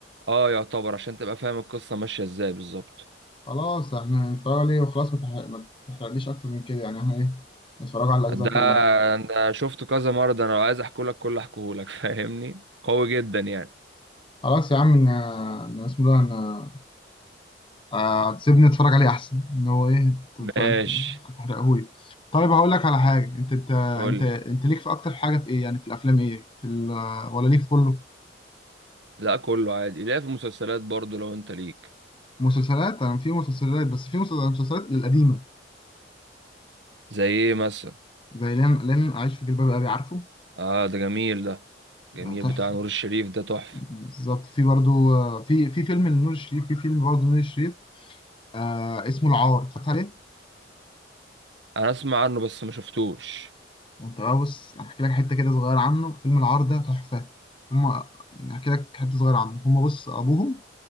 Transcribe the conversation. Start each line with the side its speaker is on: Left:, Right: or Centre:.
Right: اه يعتبر عشان تبقى فاهم القصه ماشيه ازاي بالظبط
Left: خلاص احنا هنتفرج عليه وخلاص ما تحرق- ما تحرقليش اكتر من كده يعني احنا ايه نتفرج على الاجزاء
Right: ده
Left: كلها
Right: انا شفته كذا مره ده انا لو عايز احكولك كله احكولك <laughs> فاهمني قوي جدا يعني
Left: خلاص يا عم انا أنا اسمه ده انا آه، سيبني اتفرج عليه احسن ان هو ايه انت
Right: ماشي
Left: انت أنت هتحرقهولي طيب هقول لك على حاجه انت انت انت
Right: قول
Left: انت ليك في اكتر حاجه في ايه يعني في الافلام ايه في ال... ولا ليك في كله
Right: لا كله عادي لا في المسلسلات برضو لو انت ليك
Left: مسلسلات انا في مسلسلات بس في مسلسلات القديمه
Right: زي ايه مثلا
Left: زي لن لن اعيش في جلباب ابي عارفه
Right: اه ده جميل ده جميل
Left: ده تحفه
Right: بتاع نور الشريف ده تحفة
Left: بالظبط في برضو آه، في في فيلم لنور الشريف في فيلم برضو نور الشريف آه اسمه العار اتفرجت عليه
Right: انا اسمع عنه بس ما شفتوش
Left: انت بقى بص احكي لك حته كده صغيره عنه فيلم العار ده تحفه هما يعني احكي لك حته صغيره عنه هما بص ابوهم